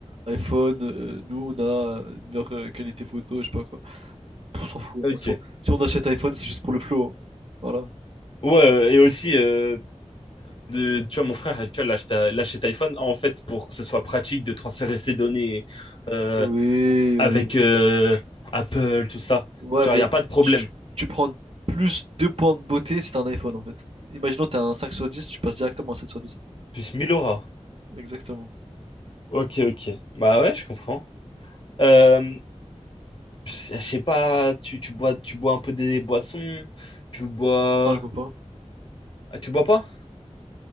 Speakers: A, on the right; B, on the left.
A: iPhone, euh, nous, on a euh, une meilleure euh, qualité photo, je sais pas quoi. On s'en fout.
B: Ok.
A: hein. Si on, si on achète iPhone, c'est juste pour le flow. hein. Voilà.
B: Ouais, euh, et aussi, euh, de, tu vois, mon frère, tu vois, il a acheté il acheté iPhone, en fait, pour que ce soit pratique de transférer ses données euh,
A: Oui,
B: avec
A: oui.
B: euh, Apple, tout ça.
A: Ouais,
B: Genre,
A: mais
B: il n'y a pas
A: euh,
B: de problème.
A: tu, tu prends plus 2 points de beauté si t'as un iPhone en fait. Imaginons t'as un 5 sur 10 tu passes directement à 7 sur dix
B: Plus Milora.
A: Exactement.
B: Ok, ok. Bah ouais, je comprends. Euh, pff, je sais pas, tu, tu bois, tu bois un peu des boissons, tu bois...
A: Non, je bois pas.
B: Ah, tu bois pas?